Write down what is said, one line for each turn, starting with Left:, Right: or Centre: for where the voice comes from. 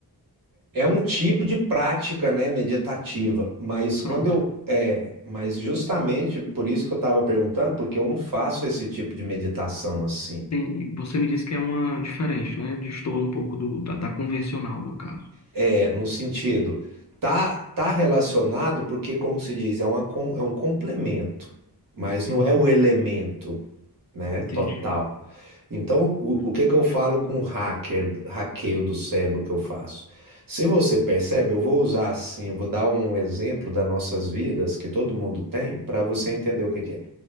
Right: É um tipo de prática, né, meditativa, mas
Left: Pronto.
Right: quando eu, é, mas justamente por isso que eu estava perguntando, porque eu não faço esse tipo de meditação assim.
Left: Tem, você me disse que é uma diferente, né? Destoa um pouco do, da, da convencional, no caso.
Right: É, no sentido, tá, tá relacionado porque, como se diz, é uma, com- é um complemento, mas não
Left: Uhum,
Right: é o elemento, né,
Left: entendi.
Right: total. Então, o, o que que eu falo com hacker, hackeio do cérebro que eu faço? Se você percebe, eu vou usar assim, eu vou dar um exemplo das nossas vidas que todo mundo tem para você entender o que que é.